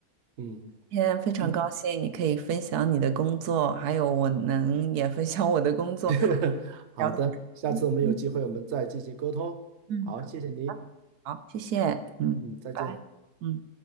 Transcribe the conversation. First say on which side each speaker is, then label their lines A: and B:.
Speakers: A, on the right; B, on the right.
A: 嗯。
B: 今天非常高兴你可以分享你的工作，
A: 嗯。
B: 还有我能也分享我的工作，
A: <laughs> 好的，
B: 聊得很开
A: 下次我们有机会我们再进行沟通。
B: 心，嗯，
A: 好，谢谢您，
B: 好，谢谢，嗯，
A: 嗯，再见。
B: 拜拜。嗯。